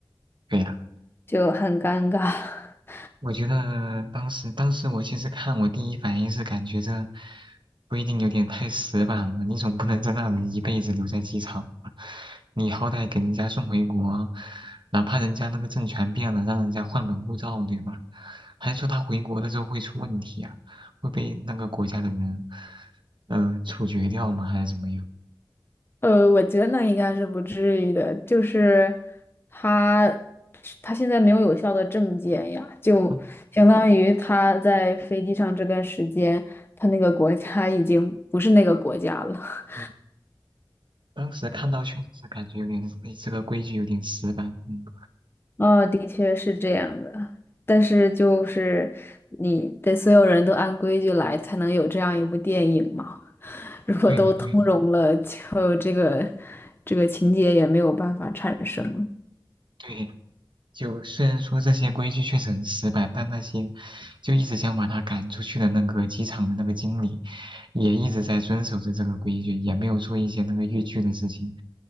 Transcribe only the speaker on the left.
就很尴尬。<laughs>
呃，我觉得那应该是不至于的，就是他他现在没有有效的证件呀，就相当于他在飞机上这段时间，
他那个国家已经不是那个国家了。<laughs>
哦，的确是这样的，但是就是你得所有人都按规矩来，才能有这样一部电影嘛。如果都通融了，
就这个这个情节也没有办法产生了。